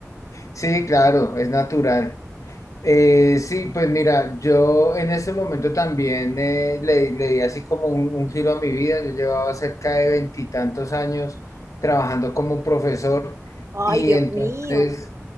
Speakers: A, on the left; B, on the right.
A: Sí, claro, es natural. Eh, sí, pues mira, yo en este momento también eh, le, le di así como un, un giro a mi vida. Yo llevaba cerca de veintitantos años trabajando como profesor
B: Ay,
A: y
B: Dios
A: entonces
B: mío.